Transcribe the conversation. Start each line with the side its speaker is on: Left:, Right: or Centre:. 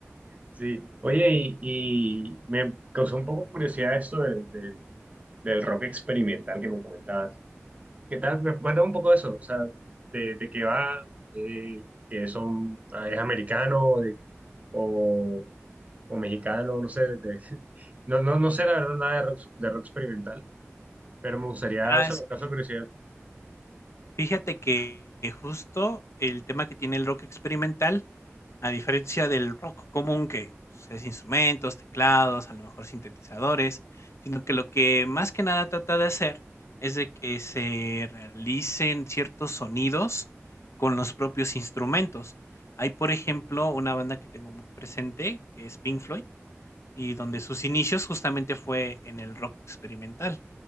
Right: Sí, oye, y, y me causó un poco curiosidad esto de- de- del rock experimental que me comentabas. ¿Qué tal? Me cuenta un poco de eso, o sea, de, de qué va, eh, que son, ah, es americano de- o, o mexicano, no sé, de- <laughs> no, no, no sé la verdad nada de rock, de rock experimental, pero me gustaría,
Left: Ah,
Right: o sea,
Left: es
Right: me
Left: que
Right: causa curiosidad.
Left: Fíjate que que justo el tema que tiene el rock experimental, a diferencia del rock común que, pues, es instrumentos, teclados, a lo mejor sintetizadores, sino que lo que más que nada trata de hacer es de que se realicen ciertos sonidos con los propios instrumentos. Hay, por ejemplo, una banda que tengo muy presente, que es Pink Floyd. Y donde sus inicios justamente fue en el rock experimental.